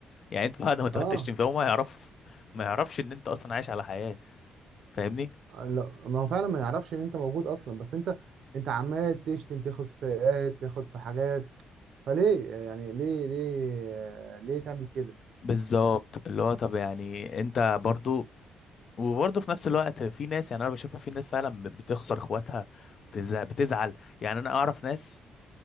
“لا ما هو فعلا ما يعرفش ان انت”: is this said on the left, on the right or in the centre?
Right